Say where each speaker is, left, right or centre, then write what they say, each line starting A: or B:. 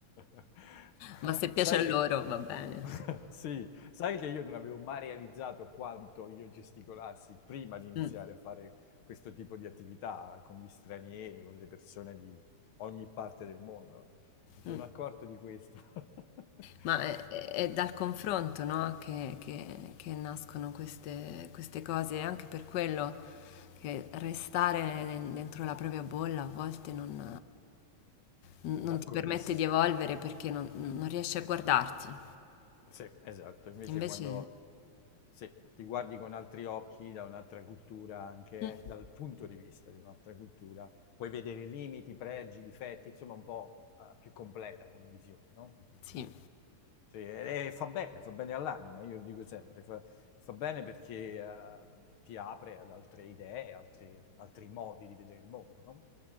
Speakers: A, on the left; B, on the left.
A: Ma
B: ma se piace
A: Sai
B: a
A: che,
B: loro va bene.
A: <laughs> sì, sai che io non avevo mai realizzato quanto io gesticolassi prima di iniziare
B: Mm,
A: a fare questo tipo di attività con gli stranieri, con le persone di ogni parte del mondo. Mi sono
B: mm.
A: accorto di questo. <laughs>
B: Ma è, è- è dal confronto, no? Che, che- che nascono queste, queste cose, e anche per quello che restare dentro la propria bolla a volte non, non
A: D'accordissimo.
B: ti permette di evolvere perché non, non riesci a guardarti.
A: Sì, esatto. Invece
B: Invece,
A: quando Sì, ti guardi con altri occhi, da un'altra cultura anche,
B: Mm.
A: dal punto di vista di un'altra cultura, puoi vedere limiti, pregi, difetti, insomma un po' eh, più completa come visione, no?
B: sì.
A: Sì, e, e fa bene, fa bene all'anima, io lo dico sempre, fa, fa bene perché eh, ti apre ad altre idee, altri, altri modi di vedere il mondo, no?